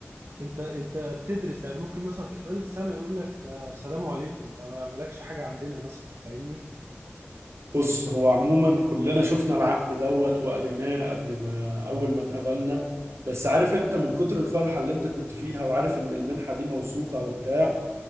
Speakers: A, on the right (about 60°); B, on the right (about 75°).
A: انت انت بتدرس يعني ممكن مثلا في خلال السنه يقول لك آه، السلام عليكم انت ما- مالكش حاجه عندنا مثلا فاهمني
B: بص هو عموما كلنا شفنا العقد دوت وقريناه قبل ما اول ما اتقابلنا بس عارف انت من كتر الفرحة اللي انت كنت فيها وعارف ان المنحة دي موثوقة وبتاع